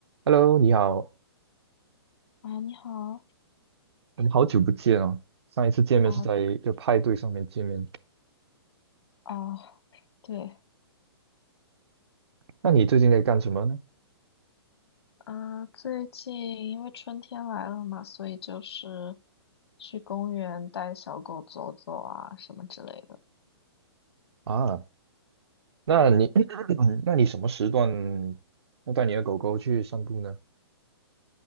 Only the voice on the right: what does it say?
Hello，你好，
我们好久不见哦。上一次见面是在一个派对上面见面，
那你最近在干什么呢？
啊，那你 <clears throat>，那你什么时段要带你的狗狗去散步呢？